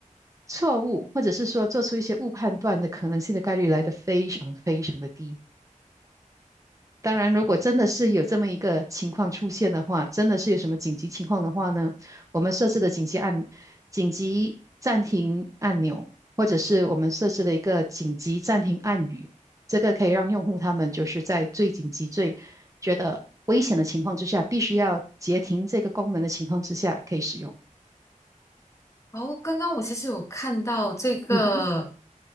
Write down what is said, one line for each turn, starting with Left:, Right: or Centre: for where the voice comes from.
Right: 错误，或者是说做出一些误判断的可能性的概率来得非常非常的低。当然，如果真的是有这么一个情况出现的话，真的是有什么紧急情况的话呢，我们设置的紧急按紧急暂停按钮，或者是我们设置了一个紧急暂停按语，这个可以让用户他们就是在最紧急、最觉得危险的情况之下，必须要截停这个功能的情况之下可以使用。
Left: 然后刚刚我其实有看到这个
Right: 嗯哼，